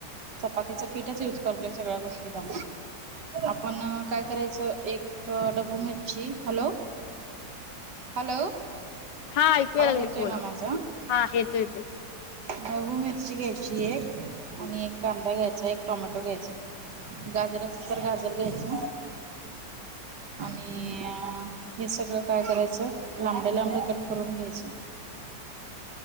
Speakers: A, on the right; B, on the left.
A: चपातीचं पीठच युज करतोय सगळ्या गोष्टीला आपण काय करायचं एक अ डबू मिरची हॅलो हॅलो
B: हा ऐकूया
A: आवाज
B: लागले
A: येतोय
B: की बोला
A: ना माझा
B: हा येतो येतोय.
A: ढबु मिरची घ्यायची एक आणि एक कांदा घ्यायचा एक टोमॅटो घ्यायचा गाजर असल तर गाजर घ्यायचं आणिअ हे सगळं काय करायचं लांबडं लांबडं कट करून घ्यायचं